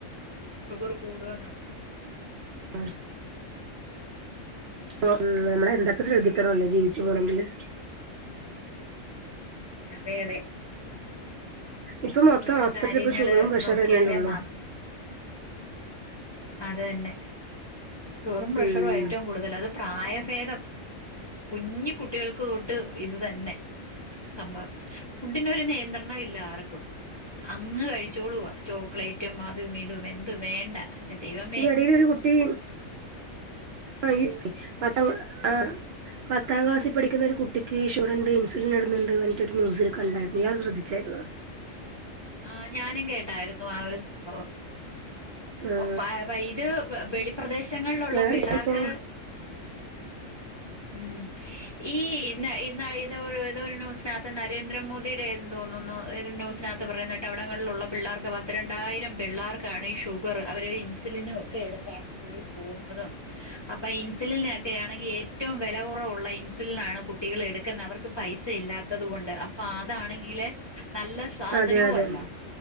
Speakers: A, on the left; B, on the right.
A: ഷുഗർ കൂടുക എന്നുള്ളത്
B: ആഹ് ഉം നമ്മള് എന്തൊക്കെ ശ്രദ്ധിക്കണല്ലോ ജീവിച്ചു പോണമെങ്കില്
A: അതെ അതെ
B: ഇപ്പ
A: ഒരുപാട്
B: മൊത്തം ഹോസ്പിറ്റല
A: കാര്യങ്ങള്
B: ഇപ്പ ഷുഗറും പ്രഷറും
A: നോക്കിയാലേ
B: തന്നെയ ഒള്ളൂ
A: മാത്രം അത് തന്നെ ഷുഗറും പ്രഷറും
B: ഉം
A: ഏറ്റവും കൂടുതൽ അത് പ്രായഭേദം കുഞ്ഞ് കുട്ടികൾക്ക് തെട്ട് ഫുഡ്‌ ഇത് തന്നെ സംഭവം ഫുഡിനൊരു നിയന്ത്രണം ഇല്ല ആർക്കും അങ്ങ് കഴിച്ചോളുവ ചോക്ലേറ്റും അതും ഇതും എന്ത് വേണ്ട എന്റെ ദൈവം
B: ഈ എടിയിലൊരു കുട്ടി ആ പ ആ
A: ആഹ്
B: പത്താം ക്ലാസി പഠിക്കുന്ന ഒരു കുട്ടിക്ക് ഷുഗറുണ്ട് ഇൻസുലിനിടണ് ണ്ട് പറഞ്ഞിട്ട് ഒരു ന്യൂസില് കണ്ടായിരുന്നു ഇയാൾ ശ്രദ്ധിച്ചായിരുന്നോ
A: ആഹ് ഞാനും കേട്ടായിരുന്നു ആ ഒരു സംഭവം
B: ആഹ്
A: പ പ ഇത് വെളിപ്രദേശങ്ങളിലുള്ള
B: ഞാൻ
A: പിള്ളാർക്ക്
B: ഇപ്പോ
A: ഉം ഈ ന ന ഇത് ഏതോ ഒരു ന്യൂസിനാത്ത് നരേന്ദ്രമോദിയുടേന്ന് തോന്നുന്നു ഒരു ന്യൂസിനാ ത്ത പറയുന്ന കേട്ടവിടങ്ങളിലുള്ള പിള്ളാർക്ക് പത്ത് രണ്ടായിരം പിള്ളാർക്കാണ് ഈ ഷു ഷുഗർ അവര് ഇൻസുലിനും ഒക്കെ എടുത്താണ് സ്കൂളി പോകുന്നതും അപ്പൊ ഇൻസുലിന് ഒക്കെ ആണെങ്കി ഏറ്റവും വെലകുറവുള്ള ഇൻസുലിനാണ് കുട്ടികൾ എടുക്കുന്നെ അവർക്ക് പൈസ ഇല്ലാത്തത് കൊണ്ട് അപ്പൊ അതാണെങ്കില് നല്ല സാധനോം
B: അതെ അതെ
A: അല്ല